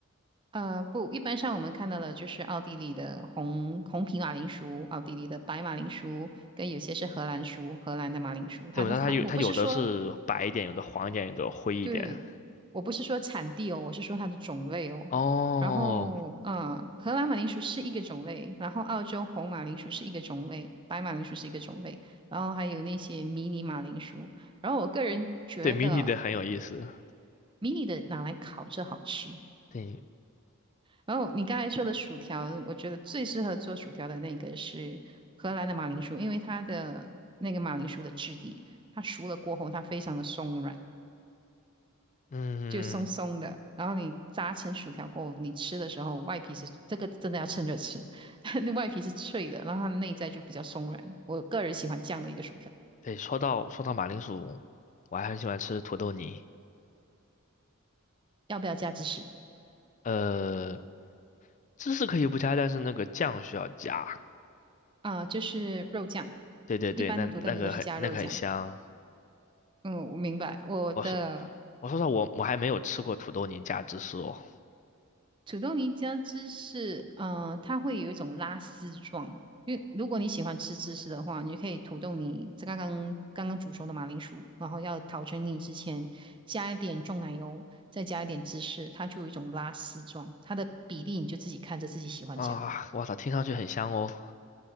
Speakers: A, on the right (about 20°); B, on the left (about 35°).
A: 呃，不，一般上我们看到的就是奥地利的红红皮马铃薯，奥地利的白马铃薯，跟有些是荷兰薯，荷兰的马铃薯。它它它，
B: 对，我知道它有它有的是白一点，
A: 我不是说，
B: 有的黄一点，有的灰一点。
A: 对，我不是说产地哦，我是说它的种类哦。
B: 哦，
A: 然后，嗯，荷兰马铃薯是一个种类，然后澳洲红马铃薯是一个种类，白马铃薯是一个种类，然后还有那些迷你马铃薯。然后我个人觉得
B: 对，mini 的很有意思。
A: 迷你的拿来烤着好吃。
B: 对，
A: 然后你刚才说的薯条，我觉得最适合做薯条的那个是荷兰的马铃薯，因为它的那个马铃薯的质地，它熟了过后它非常的松软，
B: 嗯，
A: 就松松的。然后你炸成薯条过后，你吃的时候外皮是这个真的要趁热吃，<laughs> 那外皮是脆的，然后它的内在就比较松软。我个人喜欢这样的一个薯条，
B: 对，说到说到马铃薯，我还很喜欢吃土豆泥。
A: 要不要加芝士？
B: 呃，芝士可以不加，但是那个酱需要加。
A: 啊、就是肉酱，
B: 对对对，
A: 一般的土豆泥都是加肉酱。
B: 那那个很那个很香。
A: 嗯，我明白。我的
B: 我是我说实话，我我还没有吃过土豆泥加芝士哦。
A: 土豆泥加芝士，嗯，它会有一种拉丝状。因为如果你喜欢吃芝士的话，你就可以土豆泥，这刚刚刚刚煮熟的马铃薯，然后要捣成泥之前，加一点重奶油，再加一点芝士，它就有一种拉丝状。它的比例你就自己看着自己喜欢加。
B: 啊，我操，听上去很香哦。